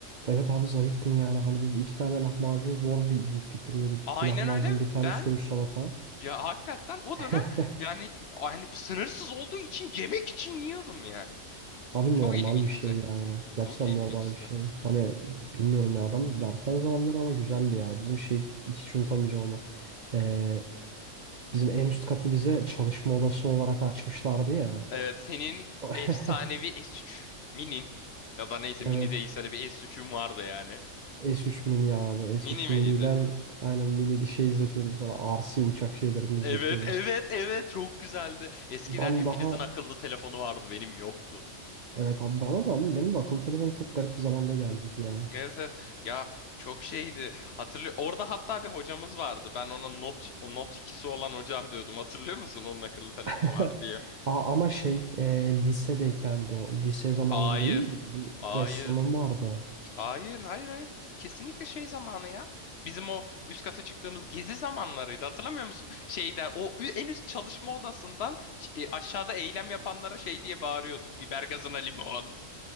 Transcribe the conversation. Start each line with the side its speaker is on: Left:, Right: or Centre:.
Right: Evet abi zayıftın yani. Hani biz iki tane lahmacun zor bir yiyip bitiriyorduk.
Left: Aynen
Right: İki lahmacun
Left: öyle.
Right: bir tane
Left: Ben
Right: söğüş salata.
Left: ya hakikaten o
Right: <laughs>
Left: dönem yani hani sınırsız olduğu için yemek için yiyordum yani.
Right: Abi
Left: Çok
Right: normal
Left: ilginçti.
Right: bir şey yani. Gerçekten
Left: Çok ilginçti.
Right: normal bir şey. Hani bilmiyorum ya ben dersen zamanları ama güzeldi ya. Bizim şey hiç unutamayacağım ama. Ee, bizim en üst katı bize çalışma odası olarak açmışlardı ya.
Left: Evet senin
Right: <laughs>
Left: efsanevi S3 Mini'nin ya da neyse Mini
Right: Evet.
Left: değilse de bir S3'üm vardı yani.
Right: S3 mini abi. S3
Left: Mini miydi?
Right: mini ile aynen mini şey izletiyordum sana. RC uçak şeylerini izletiyordum.
Left: Evet evet evet çok güzeldi. Eskiden
Right: Ben
Left: hepinizin
Right: daha
Left: akıllı telefonu vardı benim yoktu.
Right: evet abi bana da ama benim de akıllı telefonum çok garip bir zamanda geldi ya.
Left: Evet, evet. ya çok şeydi. Hatırlıyor. Orada hatta bir hocamız vardı. Ben ona not o not ikisi olan hocam diyordum. Hatırlıyor musun? Onun akıllı telefonu
Right: <laughs>
Left: var diye.
Right: Aa, ama şey e, lisedeyken de o. Lise zamanında
Left: Hayır.
Right: değil mi? Bizim
Left: Hayır.
Right: ressamım vardı.
Left: Hayır, hayır, hayır. Kesinlikle şey zamanı ya. Bizim o üst kata çıktığımız gezi zamanlarıydı. Hatırlamıyor musun? Şeyde o ü- en üst çalışma odasından ç- e, aşağıda eylem yapanlara şey diye bağırıyorduk. Biber gazına limon.